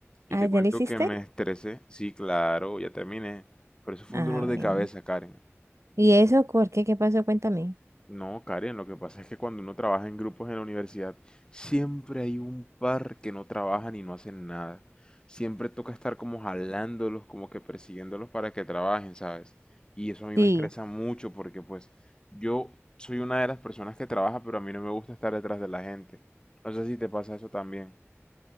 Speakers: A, on the left (about 20°); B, on the right (about 75°).
A: Y
B: Ah,
A: te cuento
B: ¿ya lo hiciste?
A: que me estresé, sí, claro, ya terminé, pero eso fue
B: Ah,
A: un dolor de
B: bueno.
A: cabeza, Karen.
B: ¿Y eso por qué? ¿Qué pasó? Cuéntame.
A: No, Karen, lo que pasa es que cuando uno trabaja en grupos en la universidad, siempre hay un par que no trabajan y no hacen nada. Siempre toca estar como jalándolos, como que persiguiéndolos para que trabajen, ¿sabes? Y eso a mí me
B: Sí.
A: estresa mucho porque pues yo soy una de las personas que trabaja, pero a mí no me gusta estar detrás de la gente. No sé si te pasa eso también.